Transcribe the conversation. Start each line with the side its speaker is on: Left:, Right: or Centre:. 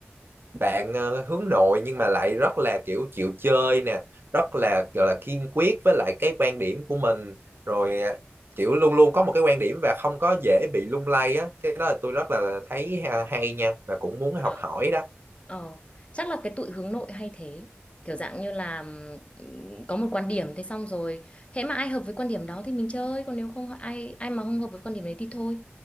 Right: bạn ờ, hướng nội nhưng mà lại rất là kiểu chịu chơi nè rất là gọi là kiên quyết với lại cái quan điểm của mình rồi ờ, kiểu luôn luôn có một cái quan điểm và không có dễ bị lung lay á cái đó là tôi rất là thấy ha- hay nha và cũng muốn
Left: ờ,
Right: học hỏi đó
Left: ờ. chắc là cái tụi hướng nội hay thế kiểu dạng như là ừm, có một quan điểm thế xong rồi hễ mà ai hợp với quan điểm đó thì mình chơi còn nếu không ai ai mà không hợp với quan điểm đấy thì thôi